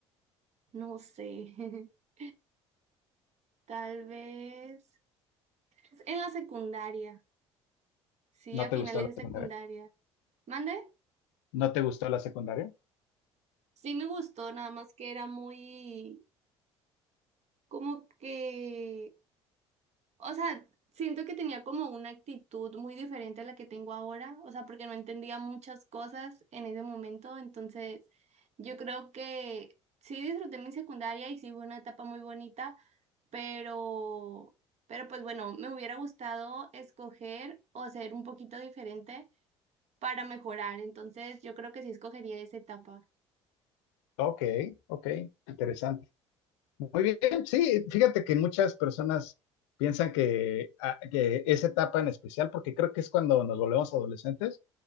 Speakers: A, on the right; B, on the left.
A: No sé. <laughs> Tal vez en la secundaria. Sí,
B: ¿No
A: a
B: te
A: finales
B: gustó la
A: de secundaria.
B: secundaria?
A: ¿Mande?
B: ¿No te gustó la secundaria?
A: Sí me gustó, nada más que era muy como que O sea, siento que tenía como una actitud muy diferente a la que tengo ahora, o sea, porque no entendía muchas cosas en ese momento, entonces yo creo que sí disfruté mi secundaria y sí fue una etapa muy bonita, pero, pero pues bueno, me hubiera gustado escoger o ser un poquito diferente para mejorar, entonces yo creo que sí escogería esa etapa.
B: Ok, ok, interesante. Muy bien, sí, fíjate que muchas personas piensan que, a- que esa etapa en especial, porque creo que es cuando nos volvemos adolescentes,